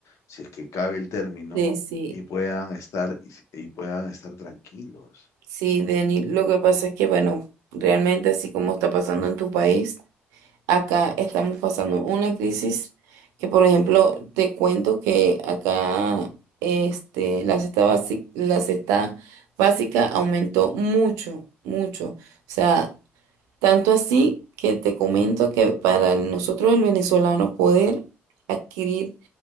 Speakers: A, on the left; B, on the right.
A: si es que cabe el término,
B: Sí, sí,
A: y puedan estar y puedan estar tranquilos.
B: sí, Deni, lo que pasa es que, bueno, realmente así como está pasando en tu país, acá estamos pasando una crisis que, por ejemplo, te cuento que acá este, la cesta básica, la cesta básica aumentó mucho, mucho. O sea, Tanto así que te comento que para nosotros el venezolano poder adquirir